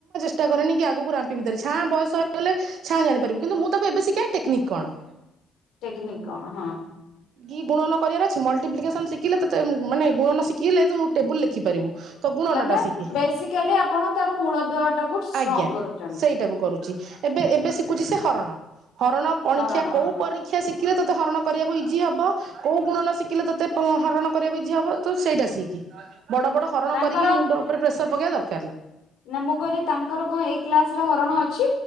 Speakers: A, on the right; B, on the left.
A: ଷ୍ଟା କରେନି କି ଆଗକୁ ଭିତରେ ଛାଁ ବୟସ ହେଲେ ଛାଁ ଜାଣିପାରିବୁ କିନ୍ତୁ ମୁଁ ତାକୁ ଏବେ ଶିଖାଏ ଟେକ୍ନିକ କଣ
B: ଟେକ୍ନିକ କଣ ହଁ
A: କି ଗୁଣନ କରିବାର ଅଛି ମଲଟିପ୍ଲିକସନ ଶିଖିଲେ ତତେ ମାନେ ଗୁଣନ ଶିଖିଲେ ତୁ ଟେବୁଲ ଲେଖିପାରିବୁ। ତ ଗୁଣନଟା
B: ମାନେ
A: ଶିଖେ
B: ବେସିକାଲି ଆପଣ ତାର ମୂଳ ଦୁଆ ଟାକୁ ଷ୍ଟ୍ରଙ୍ଗ
A: ଆଜ୍ଞା
B: କରନ୍ତୁ।
A: ସେଇଟାକୁ କରୁଛି ଏବେ ଏବେ ଶିଖୁଛି ସେ ହରଣ। ହରଣ ପଣିକିଆ
B: ହରଣ
A: କୋଉ
B: ହଁ
A: ପରୀକ୍ଷା ଶିକ୍ଷ ଶିଖିଲେ ତୋତେ ହରଣ କରିବାକୁ ଇଜି ହବ କୋଉ ଗୁଣନ ଶିଖିଲେ ତୋତେ ହରଣ କରିବାକୁ ଇଜି ହବ ତ ସେଇଟା ଶିଖି। ବଡ ବଡ ହରଣ
B: ତାଙ୍କର
A: କରିକି ମୁଣ୍ଡ ଉପରେ ପ୍ରେସର ପଗ ତ <inaudible>
B: ନା ମୁଁ କହିଲି ତାଙ୍କର କଣ ଏଇ କ୍ଲାସ ରେ ହରଣ ଅଛି?